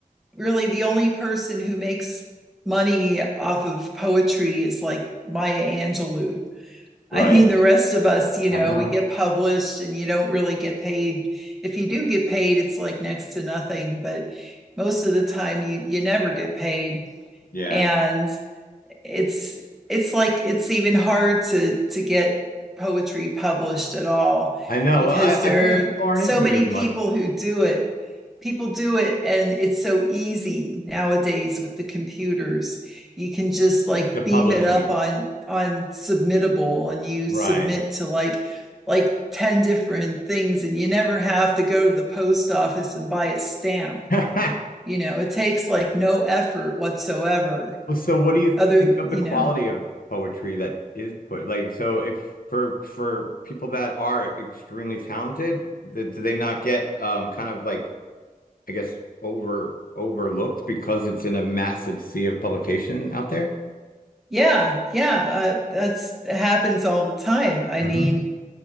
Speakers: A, in the centre; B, on the left.
A: really the only person who makes money off of poetry is like maya angelou
B: Right.
A: i mean the rest of us you
B: I
A: know
B: know.
A: we get published and you don't really get paid if you do get paid it's like next to nothing but most of the time you you never get paid
B: Yeah.
A: and it's it's like it's even hard to to get poetry published at all
B: I know.
A: because
B: Well, I, I
A: there
B: feel like
A: are
B: people aren't
A: so
B: into
A: many
B: it as
A: people
B: much
A: who do it people do it and it's so easy nowadays with the computers you can just like
B: to, to publish,
A: beam it up
B: you mean?
A: on on submittable and you
B: Right.
A: submit to like like 10 different things and you never have to go to the post office and buy a stamp
B: <laughs>
A: you know it takes like no effort whatsoever
B: Well, so what do you
A: other
B: think of
A: you
B: the quality
A: know
B: of poetry that is put? Like, so if for for people that are extremely talented, th do they not get um kind of like I guess over overlooked because it's in a massive sea of publication out there?
A: yeah yeah uh, that's happens all the time i
B: hmm
A: mean